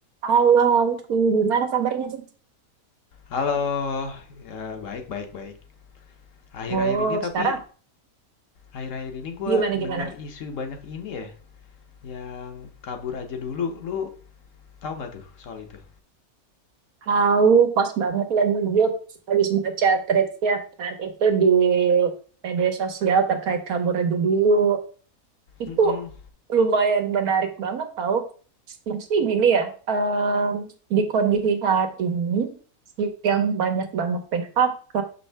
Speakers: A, on the right; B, on the left.
A: Halo, Alfi. gimana kabarnya tuh?
B: Halo, ya, baik, baik, baik. Akhir-akhir
A: Oh,
B: ini tapi
A: sekarang
B: akhir-akhir ini gua
A: gimana gimana?
B: denger isu banyak ini ya, yang kabur aja dulu. Lu tahu nggak tuh soal itu?
A: Tahu, pas banget lagi gue habis baca threads ya kan itu di media sosial terkait kabur aja dulu. Itu
B: Mm-mm.
A: lumayan menarik banget tahu. Maksudnya gini ya, em, di kondisi saat ini yang banyak banget PHK,